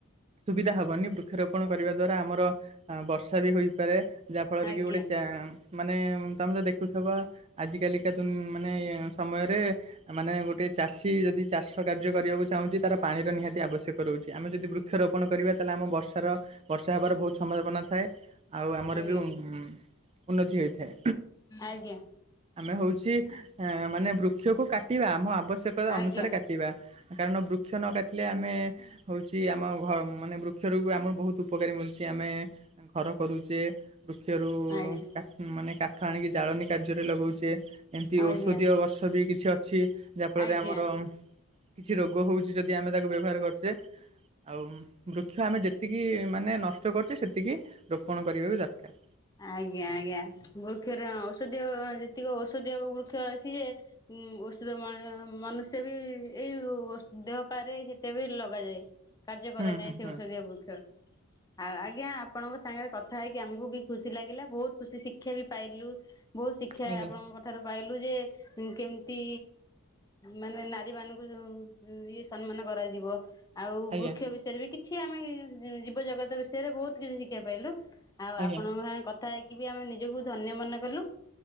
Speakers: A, on the right; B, on the left.
A: ସୁବିଧା ହବନି ବୃକ୍ଷରୋପଣ କରିବା ଦ୍ଵାରା ଆମର ବର୍ଷା ବି ହୋଇପାରେ ଯାହାଫଳରେ
B: ଆଜ୍ଞା
A: କି ଗୋଟେ ଚା ମାନେ ତମେ ତ ଦେଖୁଥିବ ଆଜିକାଲିକା ମାନେ ସମୟରେ ମାନେ ଗୋଟେ ଚାଷୀ ଯଦି ଚାଷ କାର୍ଯ୍ୟ କରିଆକୁ ଚାହୁଁଛି ତାର ପାଣିର ନିହାତି ଆବଶ୍ୟକ ରହୁଛି ଆମେ ଯଦି ବୃକ୍ଷରୋପଣ କରିବା ତାହେଲେ ଆମ ବର୍ଷାର ବର୍ଷା ହେବାର ବହୁତ ସମ୍ଭାବନା ଥାଏ ଆଉ ଆମର
B: ଆଜ୍ଞା
A: ବି ଉ ଉନ୍ନତି ହୋଇଥାଏ।
B: ଆଜ୍ଞା
A: ଆମେ ହଉଛି ଅ ମାନେ ବୃ କ୍ଷକୁ କାଟିବା ଆମ ଆବ ଆବଶ୍ୟକତା
B: ଆଜ୍ଞା
A: ଅନୁସାରେ କାଟିବା କାରଣ ବୃ ବୃକ୍ଷ ନ କାଟିଲେ ଆମେ ହଉଛି ଆମ ଘ ମାନେ ବୃକ୍ଷରୁ ଆମ ବହୁତ ଉପକାରୀ ମିଳୁଛି ଆମେ ଘର କରୁଚେ କ୍ଷରୁ
B: ଆଜ୍ଞା
A: କା ମାନେ କା ହାଣିକି ଜାଳେଣି କାର୍ଯ୍ୟରେ ଲଗଉଚେ ଏମିତି
B: ଆଜ୍ଞା
A: ଔଷଧୀୟ ଗଛ ବି କିଛି ଅ ଛି ଯାହାଫଳରେ
B: ଆଜ୍ଞା।
A: ଆମର କିଛି ରୋଗ ଯି ଆମେ ତାକୁ ବ୍ୟବହାର କରିୁ ସେ ଆଉ ବୃକ୍ଷ ଆମେ ଯେତିକି ମାନେ ନଷ୍ଟ କରୁଛେ ସେତିକି ରୋପଣ କରିବା ବି ଦରକାର
B: ଆଜ୍ଞା ଆଜ୍ଞା ବୃକ୍ଷରେ ହ ଔଷଧୀୟ ଯେତିକି ଔଷଧୀୟ ବୃକ୍ଷ ଅଛି ଯେ ଔଷଧ ମନୁଷ୍ୟ ବି ଏଇ ଦେହପାରେ ସେତ ବି ଲଗାଯାଏ କାର୍ଯ୍ୟ କରାଯାଏ
A: ହୁଁ ହୁଁ
B: ସେ
A: ହୁଁ
B: ଔଷଧୀୟ ବୃକ୍ଷ ଆଉ ଆଜ୍ଞା ଆପଣଙ୍କ ସାଙ୍ଗରେ କଥା ହେଇକି ଆମକୁ ବି ଖୁସି ଲାଗିଲା ବହୁତ ଖୁସି ଶିକ୍ଷା ବି ପାଇଲୁ ବହୁତ ଶିକ୍ଷା
A: ଆଜ୍ଞା
B: ଆପଣଙ୍କ ଠାରୁ ପାଇଲୁ ଯେ କେମିତି ମାନେ ନାରୀ ମାନଙ୍କୁ ଯୋଉ ଇଏ ସମ୍ମାନ କରାଯିବ ଆଉ
A: ଆଜ୍ଞା
B: ବୃକ୍ଷ ବିଷୟରେ ବି କିଛି କିଛି ଆମେ ଜୀବ ଜଗତ ବିଷୟରେ ବହୁତ କିଛି ଶିଖିବା ପାଇଲୁ ଆଉ
A: ଆଜ୍ଞା
B: ଆପଣଙ୍କ ସାଙ୍ଗେ କଥା ହେଇକି ଆମେ ନିଜକୁ ଧନ୍ୟ ମନେ କଲୁ